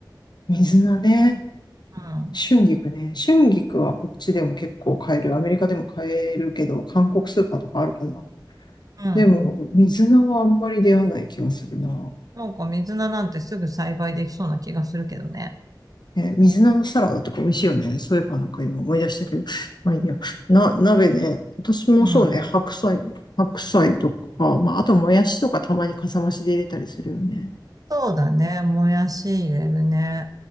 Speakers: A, on the left; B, on the right.
A: 水菜ね。
B: な。
A: 春菊ね。春菊はこっちでも結構買える。アメリカでも買えるけど、韓国スーパーとかあるかな。
B: うん、うん。
A: でも、水菜はあんまり出会わない気がするな。
B: なんか水菜なんてすぐ栽培できそうな気がするけどね。
A: ね、水菜のサラダとか美味しいよね。そういえばなんか今思い出したけど。まあいいや。な、鍋ね。私もそうね。
B: うん。
A: 白菜、白菜とか、まああともやしとかたまにかさ増しで入れたりするよね。
B: そうだね。もやし入れるね。